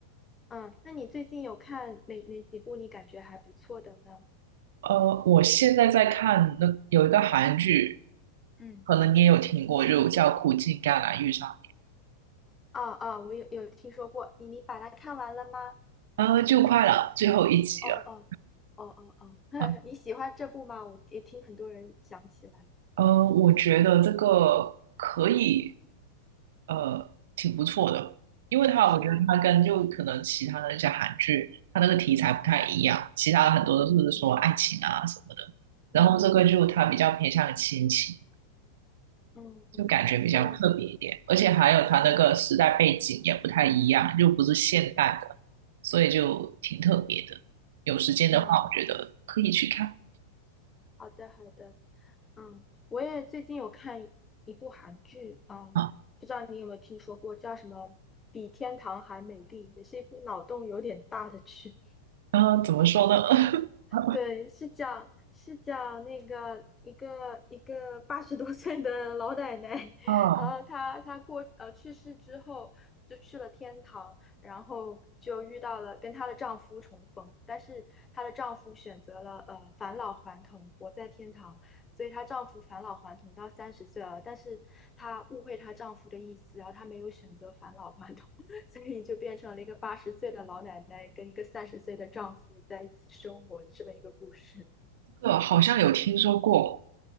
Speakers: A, on the left (about 15°); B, on the right (about 55°).
A: 嗯，那你最近有看哪哪几部你感觉还不错的呢？
B: 呃，我现在在看那有一个韩剧，
A: 嗯。
B: 可能你也有听过，就叫《苦尽甘来遇上
A: 啊啊，我有有听说过，你你把它看完了吗？
B: 你》，呃，就快了，最后一集了
A: 哦哦哦哦哦，<laughs>
B: 啊。
A: 你喜欢这部吗？我也听很多人讲起来，
B: 呃，我觉得这个可以，呃，挺不错的，因为它我觉得它跟就可能其他的那些韩剧，
A: 是吧？
B: 它那个题材不太一样，其他的很多都是说爱情啊什么的，
A: 嗯嗯
B: 然后这个就它比较偏向于亲情。
A: 嗯嗯嗯嗯，
B: 就感觉比较特别一点，
A: 对，
B: 而且还有它那个时代背景也不太一样，又不是现代的，所以就挺特别的。有时间的话，
A: 嗯，
B: 我觉得可以去看
A: 好的好的，嗯，我也最近有看一一部韩剧啊，
B: 啊。
A: 不知道你有没有听说过，叫什么《比天堂还美丽》，也是一部脑洞有点大的剧。
B: 呃，怎么说呢？<laughs>
A: 对，是讲是讲那个一个一个八十多岁的老奶奶，<laughs>
B: 啊，
A: 然后她她过呃去世之后就去了天堂，然后就遇到了跟她的丈夫重逢，但是她的丈夫选择了呃返老还童，活在天堂，所以她丈夫返老还童到三十岁了，但是她误会她丈夫的意思，然后她没有选择返老还童。所以就变成了一个八十岁的老奶奶跟一个三十岁的丈夫在一起生活的这么一个故事。
B: 这个好像有听说过，